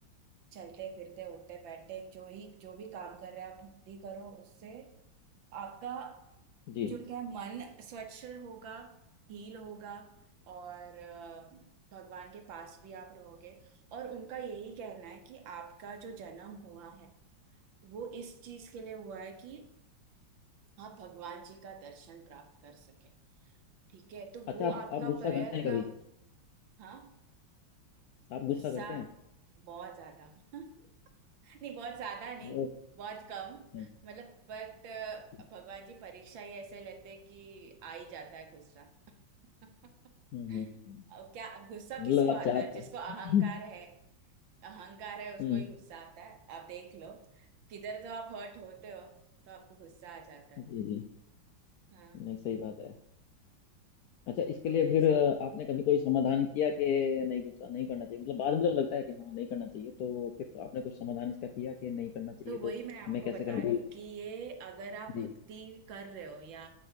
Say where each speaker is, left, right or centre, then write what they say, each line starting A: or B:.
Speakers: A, on the right; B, on the left.
A: चलते फिरते उठते बैठते जो ही जो भी काम कर रहे हैं आप भक्ति करो उससे आपका
B: जी
A: जो क्या है, मन स्वच्छ होगा हील होगा और अ, भगवान के पास भी आप रहोगे और उनका यही कहना है कि आपका जो जन्म हुआ है वो इस चीज के लिए हुआ है कि आप भगवान जी का दर्शन प्राप्त कर सके ठीक है तो वो
B: अच्छा आप
A: आपका
B: आप गुस्सा
A: प्रयत्न
B: करते हैं कभी
A: हाँ
B: आप गुस्सा
A: गुस्सा
B: करते हैं
A: बहुत ज्यादा <laughs> नहीं बहुत ज्यादा नहीं
B: ओ
A: बहुत कम
B: हाँ,
A: मतलब बट
B: हम्म
A: भगवान जी परीक्षा ही ऐसे लेते हैं कि आ ही जाता है गुस्सा <laughs>
B: हम्म हम्म।
A: अब क्या गुस्सा
B: मतलब
A: किसको आता
B: आप चाहते
A: है जिसको
B: हैं
A: अहंकार है अहंकार है उसको
B: हम्म
A: ही गुस्सा आता है आप देख लो किधर तो आप हर्ट होते हो तो आपको गुस्सा आ जाता है
B: जी जी
A: हाँ
B: नहीं सही बात है अच्छा इसके
A: तो
B: लिए
A: ऐसा
B: फिर अ, आपने कभी कोई समाधान किया कि नहीं गुस्सा नहीं करना चाहिए मतलब बाद में तो लगता है कि हाँ नहीं करना चाहिए तो फिर आपने कुछ समाधान इसका किया कि नहीं करना चाहिए
A: तो वही
B: तो
A: मैं आपको
B: मैं कैसे
A: बता
B: कंट्रोल
A: रही हूँ
B: करूँ
A: कि ये अगर आप
B: जी
A: भक्ति कर रहे हो या